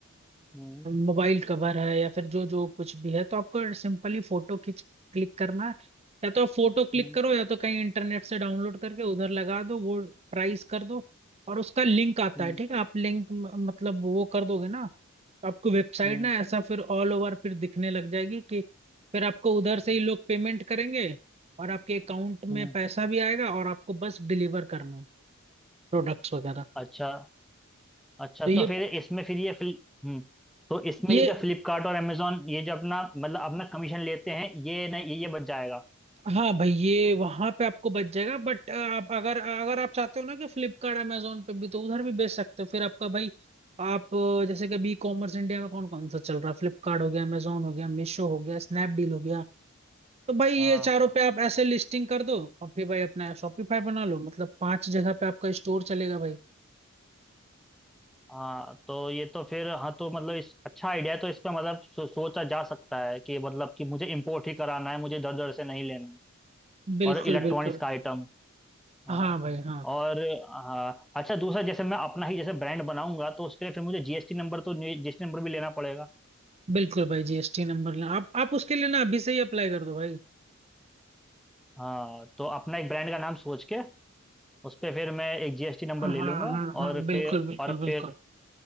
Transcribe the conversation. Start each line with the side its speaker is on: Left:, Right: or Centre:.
Centre: हम्म
Right: मोबाइल कवर है या फिर जो जो कुछ भी है तो आपको सिंपली फोटो खींच क्लिक करना है या तो आप फोटो क्लिक
Centre: हम्म
Right: करो या तो कहीं इंटरनेट से डाउनलोड करके उधर लगा दो वो प्राइस कर दो और उसका लिंक आता
Centre: हम्म
Right: है ठीक है आप लिंक मतलब वो कर दोगे ना तो आपको वेबसाइट
Centre: हम्म,
Right: ना ऐसा फिर ऑल ओवर फिर दिखने लग जाएगी कि फिर आपको उधर से ही लोग पेमेंट करेंगे और आपके अकाउंट
Centre: हम्म।
Right: में पैसा भी आएगा और आपको बस डिलीवर करना है प्रोडक्ट्स वगैरह
Centre: अच्छा अच्छा
Right: तो ये
Centre: तो फिर इसमें फिर ये फ्लि- हम्म तो इसमें
Right: ये
Centre: ये जो फ्लिपकार्ट और अमेजोन ये जो अपना मतलब अपना कमीशन लेते हैं ये नहीं ये ये बच जाएगा
Right: हाँ भाई ये वहां पे आपको बच जाएगा बट आप अगर अगर आप चाहते हो ना कि फ्लिपकार्ट अमेजोन पे भी तो उधर भी बेच सकते हो फिर आपका भाई आप अ, जैसे कि अभी कॉमर्स इंडिया में कौन कौन सा चल रहा है फ्लिपकार्ट हो गया अमेजोन हो गया मीशो हो गया स्नैपडील हो गया तो भाई ये
Centre: हाँ
Right: चारों पे आप ऐसे लिस्टिंग कर दो और फिर भाई अपना शॉपिफाई बना लो मतलब पांच जगह पे आपका स्टोर चलेगा भाई
Centre: हाँ तो ये तो फिर हाँ तो मतलब इस अच्छा आइडिया है तो इस पे मतलब सो, सोचा जा सकता है कि मतलब कि मुझे इम्पोर्ट ही कराना है मुझे इधर उधर से नहीं लेना है
Right: बिल्कुल
Centre: और इलेक्ट्रॉनिक्स
Right: बिल्कुल
Centre: का आइटम
Right: हाँ
Centre: हाँ
Right: भाई हाँ
Centre: और हाँ अच्छा दूसरा जैसे मैं अपना ही जैसे ब्रांड बनाऊंगा तो उसके लिए फिर मुझे जीएसटी नंबर तो जीएसटी नंबर भी लेना पड़ेगा
Right: बिल्कुल भाई जीएसटी नंबर लेना आप आप उसके लिए ना अभी से ही अप्लाई कर दो भाई
Centre: हाँ तो अपना एक ब्रांड का नाम सोच के उस पर फिर मैं एक जीएसटी नंबर
Right: हाँ
Centre: ले
Right: हाँ
Centre: लूंगा
Right: हाँ हाँ,
Centre: और
Right: बिल्कुल
Centre: फिर
Right: बिल्कुल
Centre: और
Right: बिल्कुल
Centre: फिर